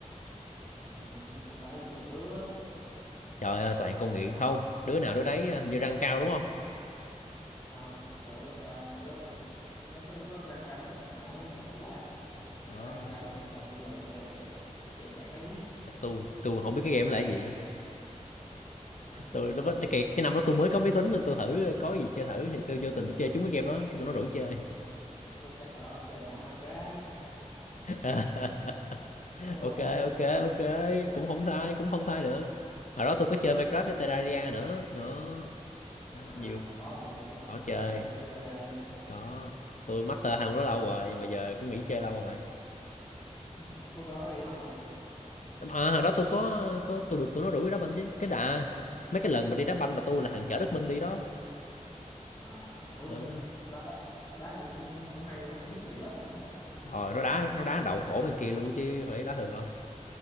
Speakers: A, on the left; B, on the left.
A: Ừ. cũng phải chục đứa
B: trời ơi toàn con nghiện
A: đúng không
B: không đứa nào đứa đấy ờ, hình
A: Dạ.
B: như răng cao đúng không
A: sao đồ đó lên cao bữa đó đang lúc đó, lúc đó đang cao nhất là có mỗi chắc là Quốc Anh
B: đó
A: là đang cao nhất rồi còn nhiêu là lẹt lẹt vàng bạc đá quý không
B: Chắc tôi tôi không biết cái game đó là cái gì nữa
A: <laughs>
B: tôi nó cái cái năm đó tôi mới có máy tính nên tôi thử có gì chơi thử thì
A: Chà,
B: tôi vô tình tôi chơi
A: Phúc
B: trúng
A: chắc
B: cái game đó cái tụi nó rủ chơi
A: Phúc, Phúc chắc ở đó chơi mỗi Minecraft
B: <laughs>
A: đúng không
B: ok ok ok cũng
A: đúng
B: không
A: không
B: sai cũng không sai được hồi đó
A: ừ.
B: tôi có chơi Minecraft với Terraria nữa đó Đó,
A: à
B: nhiều
A: có không vậy
B: có
A: có
B: chơi
A: rap nữa có tê tê ra đi hả?
B: có tôi master hai môn đó lâu rồi nhưng mà giờ cũng nghỉ chơi lâu rồi
A: Phúc ở đó có đĩa banh không
B: à hồi đó tôi có có tôi được tụi nó rủ đi đá banh chứ cái đà mấy cái lần mà đi đá banh là tôi là thằng chở Đức Minh đi đó
A: à ủa
B: Ờ.
A: bên đó đá đá đá gì cũng cũng cũng hay đúng không nhất nhì lớp mà đúng không ta
B: rồi nó đá nó đá động cổ bên kia luôn chứ phải đá thường đâu